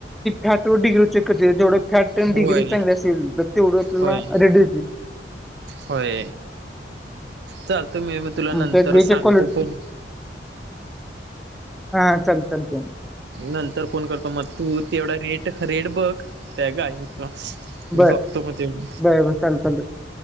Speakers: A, in the centre; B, on the right.
A: फॅट डिग्री कर जवढ फॅक्ट अन
B: होय
A: डिग्री चांगली असेल तर तेवढं आपल्याला
B: होय
A: रेड
B: होय चालतो मी म तुला
A: मग
B: नंतर
A: त्या गाईच्या
B: सांगतो
A: क्वालिटी
B: पण
A: हा ल लते
B: नंतर फोन करतो, मग तू तेवढा रेट रेट बघ त्या का मी
A: बर
B: बघतो मग तेव
A: बर बर चालेल चालेल